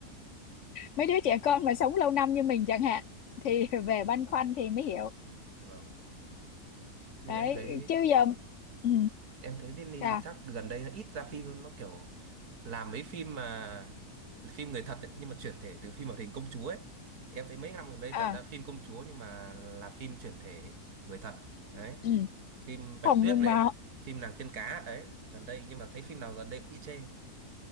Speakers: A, on the left; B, on the right.
A: mấy đứa trẻ con mà sống lâu năm như mình chẳng hạn thì <laughs> về băn khoăn thì mới hiểu
B: vâng
A: đấy
B: nhưng em thấy
A: chứ giờ ừ,
B: em thấy Disney
A: sao
B: chắc gần đây nó ít ra phim hơn nó kiểu làm mấy phim mà phim người thật ấy, nhưng mà chuyển thể từ phim hoạt hình công chúa ấy em thấy mấy năm gần đây
A: à
B: toàn ra phim công chúa nhưng mà là phim chuyển thể người thật đấy
A: ừ,
B: phim Bạch
A: không
B: Tuyết
A: nhưng
B: này
A: mà
B: phim nàng tiên cá đấy gần đây nhưng mà thấy phim nào gần đây cũng bị chê